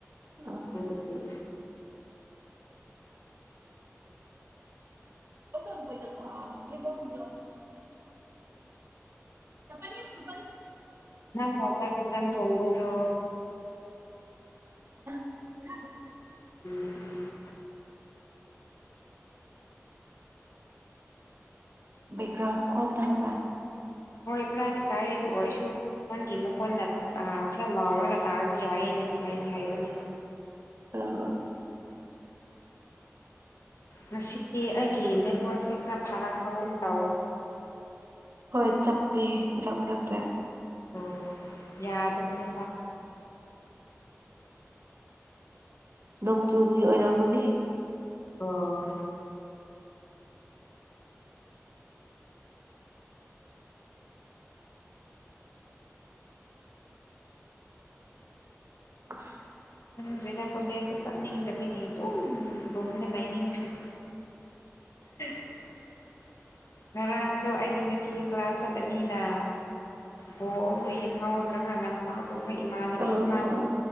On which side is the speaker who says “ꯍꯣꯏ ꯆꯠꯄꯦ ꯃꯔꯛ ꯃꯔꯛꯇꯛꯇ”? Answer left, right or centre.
Right